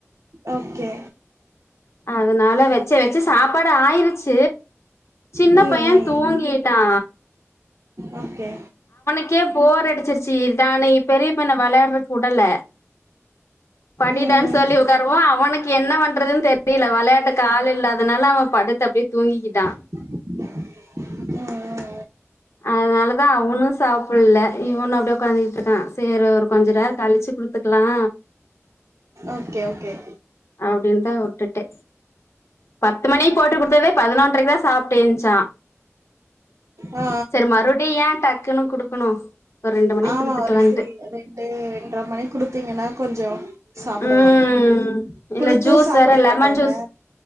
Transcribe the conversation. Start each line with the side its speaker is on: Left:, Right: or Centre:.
Right: ஓகே
Left: அதனால வச்ச வச்சு சாப்பாடு ஆயிருச்சு சின்ன
Right: ம்
Left: பைய
Right: ம்
Left: தூங்கிட்டா
Right: ம் ஓகே
Left: அதுக்கே போர் அடிச்சிருச்சி இதான்ன பெரிய பொண்ண வெளயாடுறக்கு வுடல படிடான்
Right: ம்
Left: சொல்லி உட்காரவு அவனுக்கு என்ன பண்றதுன் தெரியில வெளையாட்டுக்கு ஆள் இல்லாதனால அவ படுத்து அப்டியே தூங்கிகிட்டா
Right: <inaudible> ம்
Left: அதுனாலதா அவனு சாப்புல்ல இவனு அப்டியே உக்காந்துகிட்டு இருக்கா வேற ஒரு கொஞ்ச நேர கழிச்சு குடுத்துக்கலா
Right: ஓகே ஓகே
Left: அப்படின்னு தா விட்டுட்டே பத்து மணி போட்டு குடுத் டதே பதினொன்றக்கு தா சாப்டு ஏஞ்சா
Right: ஆ
Left: சரி மறு அப்டி ஏ டக்குனு குடுக்கணு ஒரு ரெண்டு மணிக்கு
Right: ஆமா
Left: குடுத்துக்கலான்ட்டு
Right: ஒரு த்ரீ ரெண்டு ரெண்ர மணிக்கு குடுத்தீங்கன்னா கொஞ்சோ சாப்புடுவாங்க
Left: ம் இல்ல
Right: குடுத்து
Left: ஜூஸ்
Right: சாப்புட
Left: வேற லெமன்
Right: மாட்டாங்க
Left: ஜூஸ்